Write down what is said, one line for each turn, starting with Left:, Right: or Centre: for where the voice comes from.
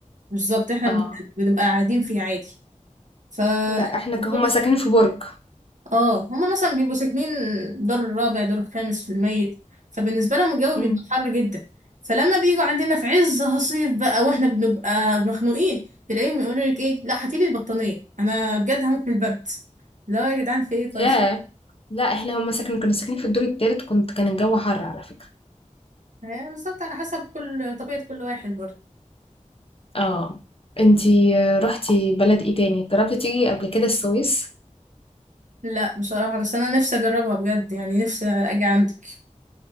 Right: بالظبط احنا
Left: اه
Right: بن- بنبقى قاعدين فيه عادي ف
Left: لا احنا
Right: الدور-
Left: ك- هما ساكنين في برج
Right: اه هما مثلا بيبقوا ساكنين دور الرابع دور الخامس في الميت فبالنسبه لهم الجو
Left: امم
Right: بيبقى حر جدا فلما بيجوا عندنا في عز هصيف بقى واحنا بنبقى مخنوقين تلاقيهم يقولوا لك ايه لا هاتيلي البطانيه انا بجد هموت من البرد لا يا جدعان في ايه طيب
Left: ياه لا احنا هما ساكن كنا ساكنين في الدور التالت كنت كان الجو حر على فكرة
Right: <laughs> هي بالظبط على حسب كل طبيعه كل واحد برضه
Left: اه انتي رحتي بلد ايه تاني جربتي تيجي قبل كده السويس
Right: لا بصراحة بس أنا نفسي أجربها بجد يعني نفسي أجي عندك